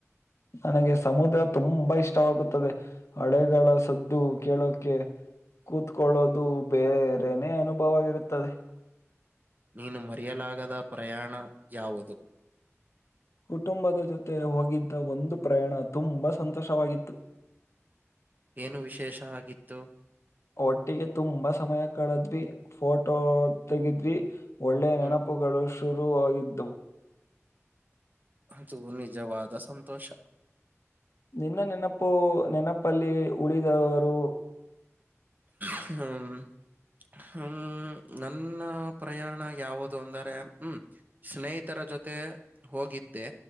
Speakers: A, on the left (about 65°); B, on the right (about 35°).
A: ನನಗೆ ಸಮುದ್ರ ತುಂಬಾ ಇಷ್ಟವಾಗುತ್ತದೆ ಅಲೆಗಳ ಸದ್ದು ಕೇಳೋಕೆ ಕೂತ್ಕೊಳ್ಳೋದು ಬೇರೆನೇ ಅನುಭವ ಇರುತ್ತದೆ ಅದು.
B: ನೀನು ಮರೆಯಲಾಗದ ಪ್ರಯಾಣ ಯಾವುದು?
A: ಕುಟುಂಬದ ಜೊತೆ ಹೋಗಿದ್ದ ಒಂದು ಪ್ರಯಾಣ ತುಂಬಾ ಸಂತೋಷವಾಗಿತ್ತು.
B: ಏನು ವಿಶೇಷ ಆಗಿತ್ತು?
A: ಒಟ್ಟಿಗೆ ತುಂಬಾ ಸಮಯ ಕಳದ್ವಿ ಫೋಟೋ ತೆಗಿದ್ವಿ ಒಳ್ಳೆ ನೆನಪುಗಳು
B: ಹ್ಮ್
A: ಶುರುವರುವಾಗಿದ್ದು.
B: ಅದು ನಿಜವಾದ ಸಂತೋಷ.
A: ನಿನ್ನ ನೆನಪು ನೆನಪಲ್ಲಿ ಉಳಿದವರು
B: ಹ್ಮ್ ಹ್ಮ ನನ್ನ ಪ್ರಯಾಣ ಯಾವುದು ಅಂದರೆ ಹ್ಮ್? ಸ್ನೇಹಿತರ ಜೊತೆ ಹೋಗಿದ್ದೆ